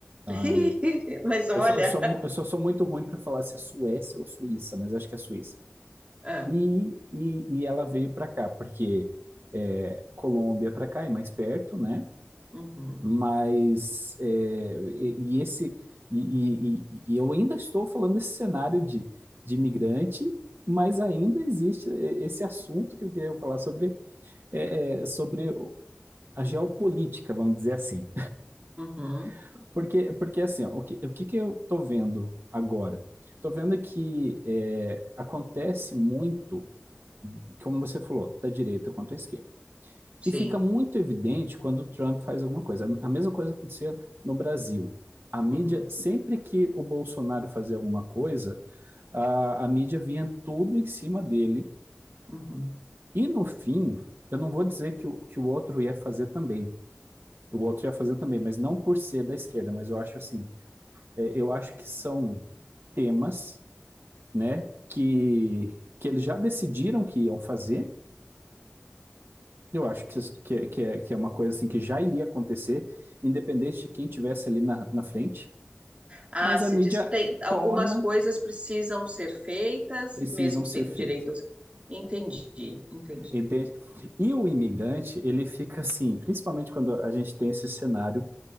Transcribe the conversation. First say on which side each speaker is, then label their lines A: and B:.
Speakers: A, on the right (about 70°); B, on the right (about 30°).
A: Ah,
B: <laughs> Mas olha,
A: eu só, eu só, mu- eu só sou muito ruim para falar se é Suécia ou Suíça, mas acho que é Suíça.
B: é.
A: E, e, e ela veio para cá, porque é, Colômbia para cá é mais perto, né?
B: Uhum.
A: Mas é, e, e esse e, e, e eu ainda estou falando desse cenário de, de imigrante, mas ainda existe e- esse assunto que eu queria falar sobre, é, é, sobre a geopolítica, vamos dizer assim.
B: Uhum.
A: <laughs> Porque, porque assim, ó, o que, o que, que eu estou vendo agora? Estou vendo que é, acontece muito, como você falou, da direita contra a esquerda.
B: Sim.
A: E fica muito evidente quando o Trump faz alguma coisa. A mesma coisa acontecia no Brasil. A mídia,
B: Uhum.
A: sempre que o Bolsonaro fazia alguma coisa, a, a mídia vinha tudo em cima dele.
B: Uhum.
A: E no fim, eu não vou dizer que o, que o outro ia fazer também. O outro ia fazer também, mas não por ser da esquerda, mas eu acho assim, é, eu acho que são temas, né, que, que eles já decidiram que iam fazer, Eu acho que, isso- que, que, é, que é uma coisa assim que já iria acontecer, independente de quem tivesse ali na, na frente,
B: Ah,
A: mas
B: você
A: a mídia
B: diz que tem algumas
A: torna
B: coisas precisam ser feitas
A: precisam
B: e mesmo
A: ser
B: sendo
A: feitos,
B: direitos. Entendi, entendi.
A: entende? E o imigrante, ele fica assim, principalmente quando a gente tem esse cenário